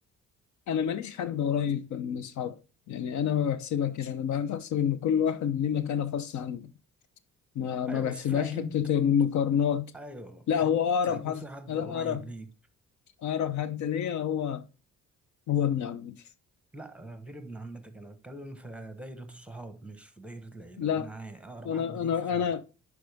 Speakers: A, on the left; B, in the centre.
A: أنا ماليش حد قريب من أصحابي يعني أنا ما بحسبها كده أنا بحسب إن كل واحد ليه مكانة خاصة عنده ما
B: ايوه
A: ما بحسبهاش
B: بس في اكيد
A: حتة المقارنات
B: ايوه
A: لا
B: ايوه
A: هو أقرب
B: بس اكيد
A: حد
B: في حد
A: أنا
B: قريب
A: أقرب
B: ليك
A: أقرب حد ليا هو هو ابن عمتي
B: لا غير ابن عمتك انا بتكلم في دايره الصحاب مش في دايره العيله
A: لا
B: انا عاي- اقرب
A: أنا
B: حد ليك
A: أنا
B: في صحابك
A: أنا